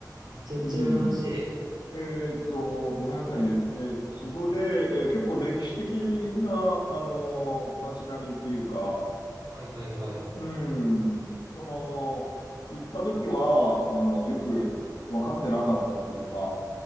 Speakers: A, on the right (about 85°); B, on the left (about 85°).
A: めちゃくちゃ羨ましい。
B: うん。えーっと、ごめんなさいね。えーそこで、えー結構歴史的な、あのー街並みっていうか、
A: はいはいはい。
B: うん、その、行った時は、あの、よく分かってなかったっていうか、